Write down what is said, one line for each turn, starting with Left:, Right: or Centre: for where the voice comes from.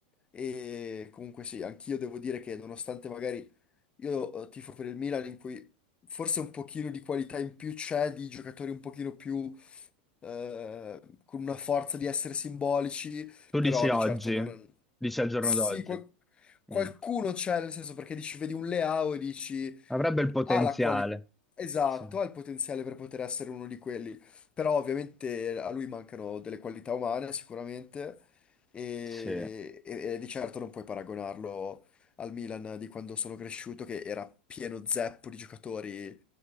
Left: E comunque sì, anch'io devo dire che nonostante magari io eh, tifo per il Milan in cui forse un pochino di qualità in più c'è, di giocatori un pochino più eh, con una forza di essere simbolici,
Centre: Tu
Left: però
Centre: dici oggi,
Left: di certo non,
Centre: dici al giorno
Left: sì,
Centre: d'oggi.
Left: qual- qualcuno
Centre: Mm.
Left: c'è, nel senso perché dici, vedi un Leao e dici,
Centre: Avrebbe il potenziale.
Left: ha la qualità, esatto,
Centre: Sì.
Left: ha il potenziale per poter essere uno di quelli, però ovviamente a lui mancano delle qualità umane sicuramente e,
Centre: Sì,
Left: e- e di certo non puoi paragonarlo al Milan di quando sono cresciuto, che era pieno zeppo di giocatori